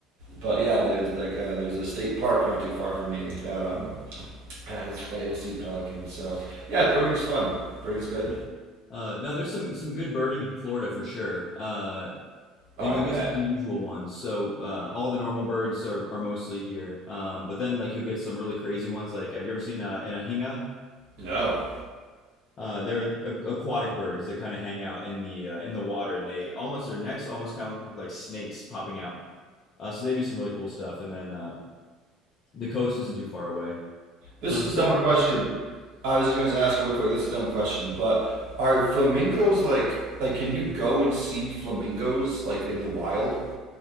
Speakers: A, on the right; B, on the left.
A: but yeah, there's like uh, there's a state park not too far from me that um has that you'll see pelicans. So yeah, birding's fun. Birding's good.
B: Yeah. Uh, no, there's some some good birding in Florida for sure. Uh,
A: Oh,
B: and
A: I
B: you'll
A: bet.
B: get some unusual ones. So uh, all the normal birds are are mostly here. Um, but then like you'll get some really crazy ones. Like have you ever seen uh, an ahinga?
A: No.
B: Uh, they're a- aquatic birds that kind of hang out in the uh, in the water, and they almost their necks almost kind of look like snakes popping out. Uh, so they do some really cool stuff. And then uh, the coast isn't too far away.
A: This
B: Um,
A: is a
B: so
A: dumb
B: our
A: question.
B: most year.
A: I was just going to ask real quick. This is a dumb question, but are flamingos like like can you go and see flamingos like in the wild?